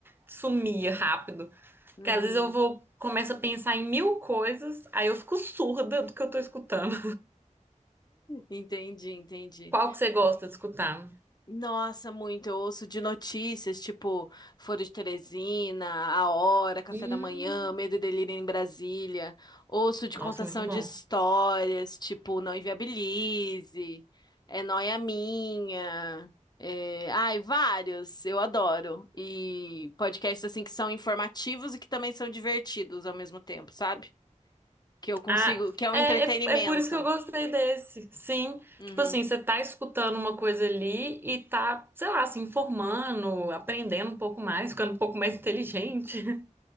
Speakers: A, on the right (about 15°); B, on the left (about 30°).
A: sumia rápido,
B: uhum.
A: porque às vezes eu vou começo a pensar em mil coisas, aí eu fico surda do que eu tô escutando.
B: Entendi, entendi.
A: Qual que você gosta de escutar?
B: Nossa, muito. Eu ouço de notícias, tipo Foro de Teresina, A Hora, Café
A: Hum,
B: da Manhã, Medo e Delírio em Brasília. Ouço de
A: nossa,
B: contação
A: muito bom.
B: de histórias, tipo Não Inviabilize, É Nóia Minha. É... Ai, vários. Eu adoro. E podcasts assim que são informativos e que também são divertidos ao mesmo tempo, sabe? Que eu consigo,
A: Ah,
B: que é um
A: é,
B: entretenimento.
A: é, é por isso que eu gostei desse. Sim,
B: Uhum.
A: tipo assim, você tá escutando uma coisa ali e tá, sei lá, se informando, aprendendo um pouco mais, ficando um pouco mais inteligente.